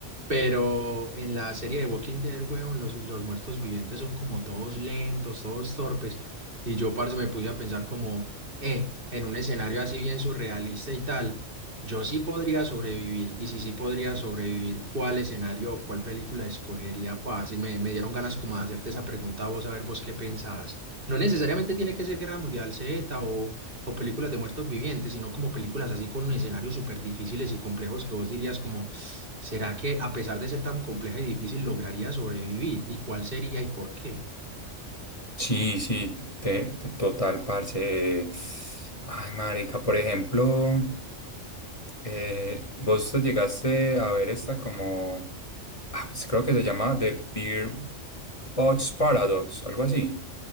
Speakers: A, on the right; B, on the left.
A: Pero en la serie de Walking Dead, huevón, los, los muertos vivientes son como todos lentos, todos torpes. Y yo, parce, me puse a pensar como, eh, en un escenario así bien surrealista y tal, yo sí podría sobrevivir. Y si sí podría sobrevivir, ¿cuál escenario o cuál película escogería, parce? Y me, me dieron ganas como de hacerte esa pregunta a vos, a ver vos qué pensás. No necesariamente tiene que ser Guerra Mundial Z o o películas de muertos vivientes, sino como películas así con escenarios súper difíciles y complejos que vos dirías como, ¿será que a pesar de ser tan compleja y difícil lograría sobrevivir? ¿Y cuál sería y por qué?
B: Sí, sí, te, te- total, parce. eh, Ay, marica, por ejemplo, eh, vos te llegaste a ver esta como, ah, pues creo que se llama The Beer Bots Paradox, algo así.